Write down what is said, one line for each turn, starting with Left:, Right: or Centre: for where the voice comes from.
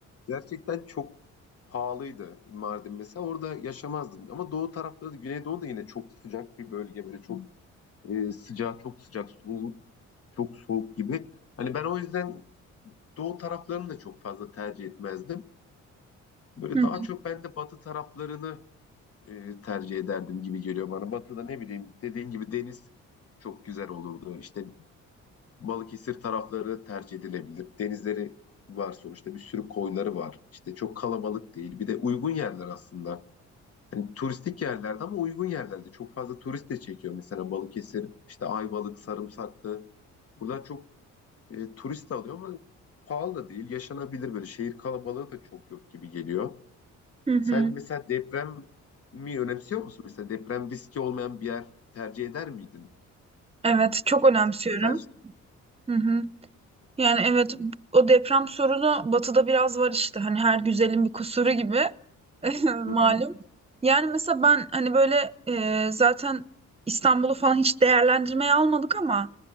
Left: gerçekten çok pahalıydı Mardin mesela. Orada yaşamazdım. Ama doğu tarafları da, Güneydoğu da yine çok sıcak bir bölge. Böyle çok e, sıcağı çok sıcak, soğuk çok soğuk gibi. Hani ben o yüzden doğu taraflarını da çok fazla tercih etmezdim. Böyle
Right: Hı hı.
Left: daha çok ben de batı taraflarını e, tercih ederdim gibi geliyor bana. Batı'da ne bileyim dediğin gibi deniz çok güzel olurdu. İşte Balıkesir tarafları tercih edilebilir. Denizleri var sonuçta bir sürü koyları var. İşte çok kalabalık değil. Bir de uygun yerler aslında. Yani turistik yerlerde ama uygun yerlerde. Çok fazla turist de çekiyor. Mesela Balıkesir, işte Ayvalık, Sarımsaklı. Buralar çok e, turist de alıyor ama pahalı da değil. Yaşanabilir böyle. Şehir kalabalığı da çok yok gibi geliyor.
Right: Hı hı.
Left: Sen mesela deprem mi önemsiyor musun? Mesela deprem riski olmayan bir yer tercih eder miydin?
Right: Evet, çok önemsiyorum.
Left: Aslında tercih...
Right: Hı hı. Yani evet, o deprem sorunu batıda biraz var işte. Hani her güzelin bir kusuru gibi. <laughs> Malum.
Left: Hı hı,
Right: Yani mesela ben hani böyle e, zaten İstanbul'u falan hiç değerlendirmeye almadık ama